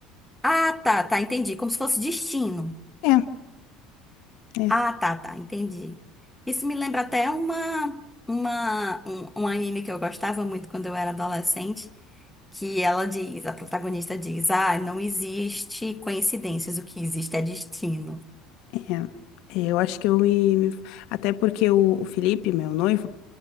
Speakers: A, in the centre; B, on the left.
A: Ah, tá, tá, entendi. Como se fosse destino.
B: É, é.
A: Ah, tá, tá, entendi. Isso me lembra até uma, uma, um, um anime que eu gostava muito quando eu era adolescente, que ela diz, a protagonista diz, ah, não existe coincidências, o que existe é destino.
B: É, é, eu acho que eu me... me- Até porque o, o Felipe, meu noivo,